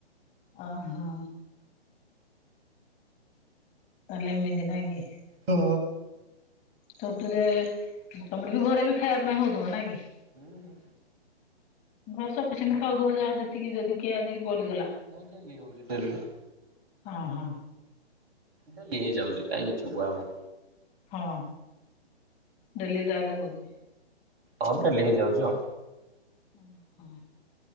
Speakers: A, on the left; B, on the right.
A: ଓ ହଁ ତାହାଲେ ଏମିତି ନା କି।
B: ଓ।
A: ଛତୁରେ ତମର ବି ଘରେ ବି ଖାଇବା ପାଇଁ ହଉଥିବ, ନା କି।
B: ହୁଁ ହୁଁ।
A: ଘରେ ସଫିସେଣ୍ଟ ଖାଉଥିବ, ଯାହା ଯେତିକି ଯଦି କିଏ ଆଜିିକି ବଳିଗଲା।
B: ହଁ ଡେଲି ହଉଚି ଡେଲି।
A: ଅ ହଁ।
B: ଡେ ହେଇଯାଉଚି କାହିଁ ମିଛ କୁହା ହବ।
A: ହଁ, ଡେଲୀ ତାହେଲେ ହଉଚି।
B: ହଁ ଡେଲି ହେଇଯାଉଚି ଆଉ
A: ଓ ହଁ